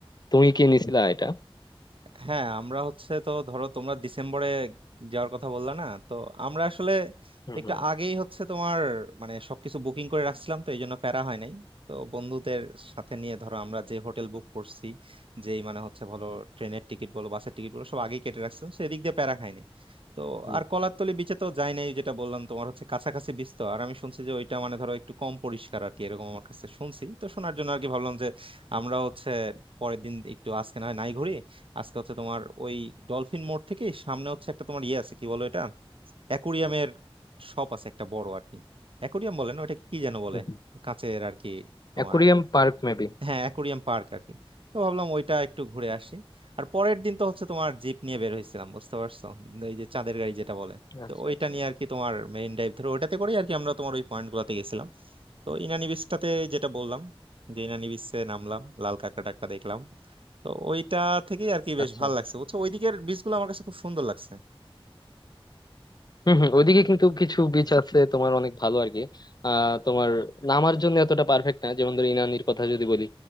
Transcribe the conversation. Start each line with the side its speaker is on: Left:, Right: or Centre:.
Left: তুমি কি নিছিলা এটা
Right: হ্যাঁ আমরা হচ্ছে তো ধরো তোমরা ডিসেম্বরে যাওয়ার কথা বললা না তো আমরা আসলে
Left: হুম
Right: একটু
Left: হুম
Right: আগেই হচ্ছে তোমার মানে সবকিছু বুকিং করে রাখছিলাম তো এই জন্য প্যারা হয় নাই তো বন্ধুদের সাথে নিয়ে ধরো আমরা যে হোটেল বুক করছি যেই মানে হচ্ছে বলো ট্রেনের টিকিট বলো বাসের টিকিট বলো সব আগেই কেটে রাখছিলাম তো এদিক দিয়ে প্যারা খাইনি তো
Left: হুম
Right: আর
Left: হুম
Right: কলারতলি বিচে তো যাই নাই যেটা বললাম তোমার হচ্ছে কাছাকাছি বিচ তো আর আমি শুনছি যে ওইটা মানে ধরো একটু কম পরিষ্কার আর কি এরকম আমার কাছে শুনছি তো শোনার জন্য আর কি ভাবলাম যে আমরা হচ্ছে পরের দিন একটু আজকে না হয় নাই ঘুরি আজকে হচ্ছে তোমার ওই ডলফিন মোড় থেকে সামনে হচ্ছে একটা তোমার ইয়ে আছে কি বলো এটা অ্যাকুরিয়ামের শপ আছে একটা বড় আর কি অ্যাকুরিয়াম বলে না ওটা কি যেন বলে
Left: হুম হুম।
Right: কাঁচের আর কি তোমার
Left: Aquarium park maybe
Right: হ্যাঁ অ্যাকোরিয়াম পার্ক আর কি তো ভাবলাম ওইটা একটু ঘুরে আসি আর পরের দিন তো হচ্ছে তোমার জিপ নিয়ে বের হয়েছিলাম বুঝতে পারছো এই যে চাঁদের গাড়ি যেটা বলে
Left: আচ্ছা
Right: তো ওইটা
Left: আচ্ছা
Right: নিয়ে আর কি তোমার মেইন ড্রাইভ ধরে ওইটাতে করে আর কি আমরা তোমার ওই পয়েন্ট গুলাতে গেছিলাম তো ইনানি বিচটাতে যেটা বললাম যে ইনানি বিচে নামলাম লাল কাঁকড়া টাকড়া দেখলাম তো ওইটা থেকেই আর কি বেশ
Left: আচ্ছা
Right: ভালো লাগছে বুঝছো ওইদিকের বিচ গুলো আমার কাছে খুব সুন্দর লাগছে
Left: হম হম ওইদিকে কিন্তু কিছু বিচ আছে তোমার অনেক ভালো আর কি আহ তোমার নামার জন্য এতটা পারফেক্ট না যেমন ধরো ইনানির কথা যদি বলি